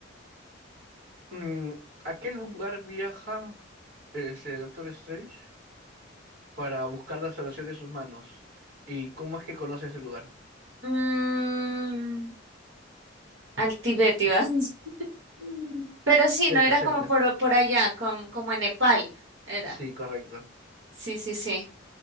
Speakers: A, on the right; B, on the right.
A: Mm, ¿a qué lugar viaja ese Doctor Strange para buscar la salvación de sus manos? ¿Y cómo es que conoce ese lugar?
B: Mm, al Tibet ibas. Mm. <laughs> Pero sí,
A: Cerca,
B: no era
A: cerca.
B: como por, por allá, com- como en Nepal, era.
A: Sí, correcto.
B: Sí, sí, sí.